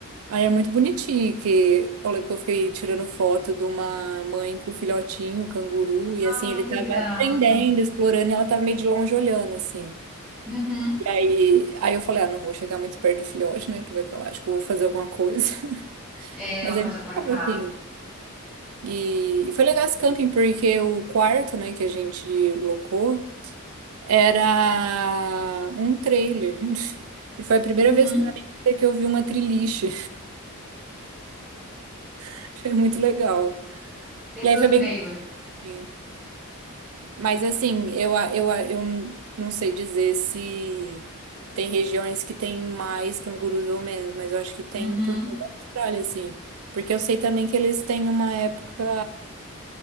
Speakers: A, on the right (about 80°); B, in the centre.
A: Aí é muito bonitinho, que eu lembro que eu fiquei tirando foto de uma mãe com um filhotinho, canguru, e
B: Ai,
A: assim, ele
B: que
A: tava
B: graça.
A: aprendendo, explorando, e ela tava meio de longe olhando, assim.
B: Uhum.
A: E aí, aí eu falei, ah, não vou chegar muito perto do filhote, né, que vai que acho que eu vou fazer alguma coisa. <laughs>
B: É, ela
A: Mas ele
B: pode atacar.
A: tava assim. E, e foi legal esse camping, porque o quarto, né, que a gente locou, era um trailer. <laughs> E foi a primeira
B: Uhum.
A: vez que na minha vida que eu vi uma triliche. <laughs> Achei muito legal.
B: Dentro
A: E aí foi
B: do
A: bem
B: trailer.
A: gostoso. Mas assim, eu, a- eu, a- eu n- não sei dizer se tem regiões que tem mais cangurus ou menos, mas eu acho que tem
B: Uhum.
A: por toda a Austrália, assim. Porque eu sei também que eles têm uma época